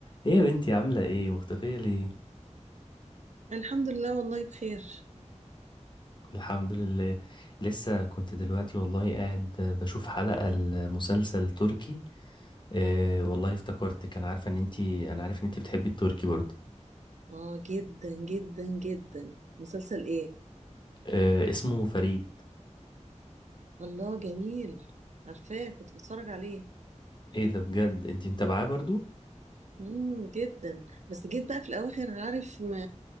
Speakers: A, on the left (about 40°); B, on the right (about 70°).
A: ايه يا بنتي عاملة ايه مختفية ليه
B: الحمد لله والله بخير
A: الحمد لله لسه كنت دلوقتي والله قاعد بشوف حلقة المسلسل تركي آه والله افتكرت كان عارفة ان انتي انا عارف ان انتي بتحبي التركي برضه
B: اه جدا جدا جدا مسلسل ايه
A: آه اسمه فريد
B: الله جميل عارفاه كنت بتفرج عليه
A: ايه ده بجد انتي متابعاه برضه
B: امم جدا بس جيت بقى في الاواخر عارف ما